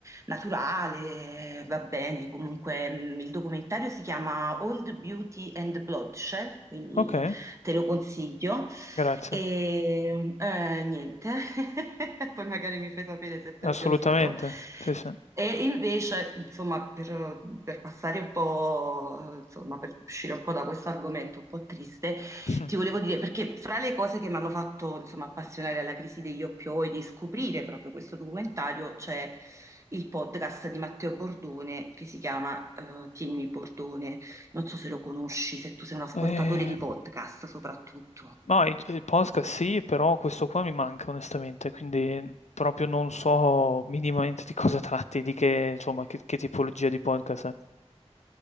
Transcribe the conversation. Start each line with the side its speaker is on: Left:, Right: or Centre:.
Right: naturale, va bene, comunque mh, il documentario si chiama Old Beauty and Bloodshed, quindi
Left: Okay,
Right: te lo consiglio.
Left: grazie.
Right: E eh, niente, <laughs> poi magari mi fai sapere se ti
Left: Assolutamente,
Right: è piaciuto.
Left: sì, sì.
Right: E invece, insomma, per, per passare un po', insomma, per uscire un po' da questo argomento un po' triste,
Left: <laughs> Mh.
Right: ti volevo dire, perché fra le cose che mi hanno fatto, insomma, appassionare alla crisi degli oppioidi e scoprire proprio questo documentario c'è il podcast di Matteo Bordone che si chiama eh, Tienimi Bordone. Non so se lo conosci, se tu sei un ascoltatore
Left: Ehm,
Right: di podcast soprattutto.
Left: ma i il podcast sì, però questo qua mi manca onestamente, quindi proprio non so minimamente di cosa tratti, di che insomma, che che tipologia di podcast è.